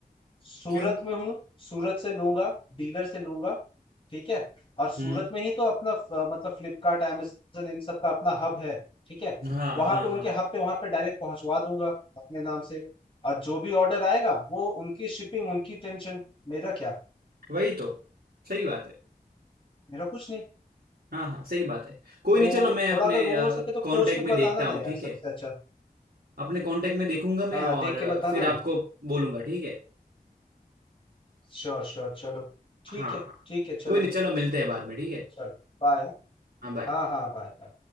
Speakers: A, on the left (about 35°); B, on the right (about 85°).
A: सूरत
B: क्यों
A: में हूँ सूरत से लूंगा डीलर से लूंगा ठीक है और सूरत
B: हम्म
A: में ही तो अपना अ, मतलब फ्लिपकार्ट amazon इन सब का अपना हब है ठीक है
B: हाँ
A: वहां
B: हाँ
A: पे उनके
B: हाँ
A: हब पे वहां पे डायरेक्ट पहुंचवा दूंगा अपने नाम से और जो भी ऑर्डर आएगा वो उनकी शिपिंग उनकी टेंशन मेरा क्या
B: वही तो सही बात है
A: मेरा कुछ नहीं
B: हाँ हाँ सही बात है कोई
A: तो
B: नहीं चलो मैं
A: थोड़ा
B: अपने
A: अगर वो हो सके तो खोज
B: कांटेक्ट
A: के
B: में
A: बताना
B: देखता
A: ना
B: हूँ
A: यार
B: ठीक
A: सबसे
B: है
A: अच्छा
B: अपने कांटेक्ट में देखूंगा मैं
A: हाँ
B: और
A: देख
B: अ,
A: के बताना
B: फिर
A: ना
B: आपको बोलूंगा ठीक है
A: श्योर श्योर चलो ठीक
B: हाँ
A: है
B: हाँ
A: ठीक है
B: कोई
A: चलो
B: नहीं चलो मिलते हैं बाद में ठीक है
A: चलो बाय
B: हाँ बाय
A: हाँ हाँ बाय बाय